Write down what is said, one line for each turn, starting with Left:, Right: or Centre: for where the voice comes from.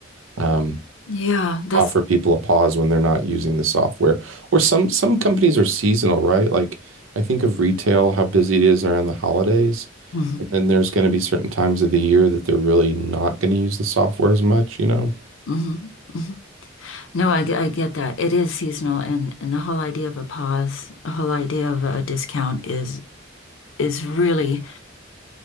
Right: Um,
Left: Yeah, that's
Right: offer people a pause when they're not using the software. Or some some companies are seasonal, right? Like I think of retail, how busy it is around the holidays.
Left: hmm
Right: And then there's going to be certain times of the year that they're really not going to use the software as much, you know? <laughs>
Left: hmm hmm No, I, get- I get that. It is seasonal and and the whole idea of a pause, the whole idea of a discount is is really